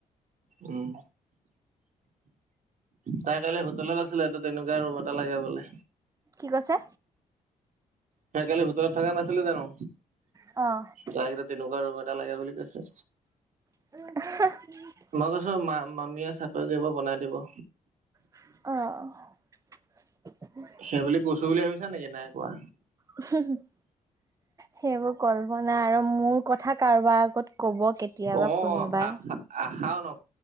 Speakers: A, on the right; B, on the right.
A: উম। তাই কালি হোটেলত আছিলে, তেনেকুৱা ৰুম এটা লাগে বোলে।
B: কি কৈছে?
A: তাই কালি হোটেলত থকা নাছিলে জানো?
B: অ'।
A: তাইক এতিয়া তেনেকুৱা ৰুম এটা লাগে বুলি কৈছে।
B: উ <unintelligible>
A: মই কৈছো মা মামীয়ে চাকৰি কৰিব বনাই দিব।
B: অহ
A: সেই বুলি কৈছো বুলি ভাবিছা নিকি, নাই কোৱা।
B: <unintelligible> সেইবোৰ কল্পনা আৰু মোৰ কথা কাৰোবাৰ আগত ক'ব কেতিয়াবা
A: অ',
B: কোনোবাই
A: আ আ, আশাও ন